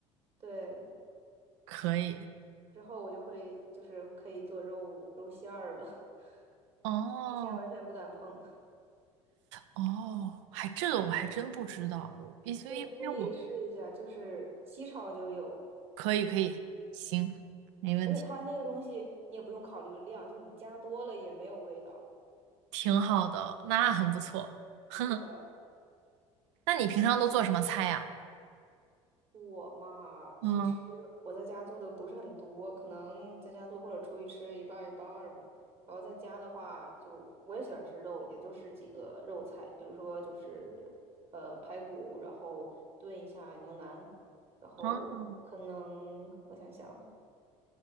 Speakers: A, on the right; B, on the right.
A: 对，
B: 可以。
A: 之后我就会就是可以做肉肉馅儿了，<laughs>
B: 哦
A: 之前完全不敢碰。
B: 哦，还这个我还真不知道，因为因为我
A: 对，你可以试一下，就是西炒就有，
B: 可以可以，行，没问题，
A: 而且它那个东西你也不用考虑量，就是你加多了也没有味道。
B: 挺好的，那很不错。<laughs> 哼
A: 是的，
B: 那你平常都做什么菜呀？
A: 我嘛，
B: 嗯，
A: 其实我在家做的不是很多，可能在家做或者出去吃一半儿一半儿吧。然后在家的话就，我也喜欢吃肉，也就是几个肉菜，比如说就是呃排骨，然后炖一下牛腩，然后可能我想想，
B: 哦，